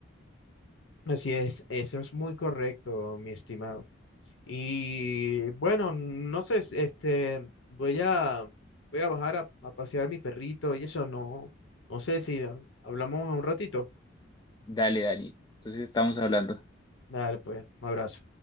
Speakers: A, on the left; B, on the left.
A: Así es, eso es muy correcto, mi estimado. Y bueno, no sé, s- este, voy a, voy a bajar a, a pasear mi perrito y eso no, no sé si hablamos un ratito.
B: Dale, Dani. Entonces estamos hablando.
A: Dale, pues, un abrazo.